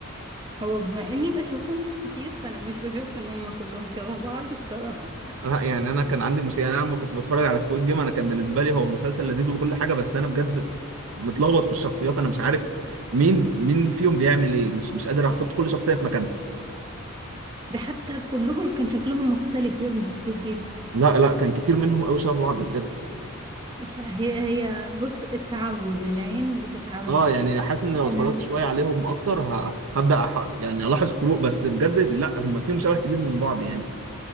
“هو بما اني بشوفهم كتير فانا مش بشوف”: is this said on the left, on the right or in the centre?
Right